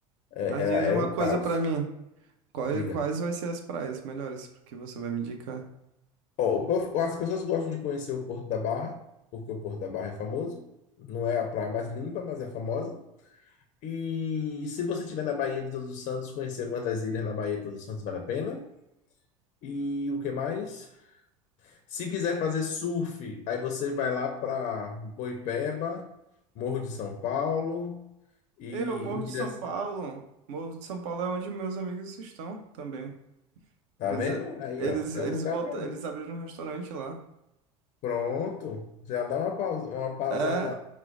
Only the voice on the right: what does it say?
Mas
diz
uma
coisa
pra mim. Quais,
quais vai ser as praias melhores que você vai me indicar?
Eu, Morro
de São Paulo. Morro de São Paulo é onde meus amigos estão também.
Eles,
eles,
eles,
botam,
eles abriram um restaurante lá.
É,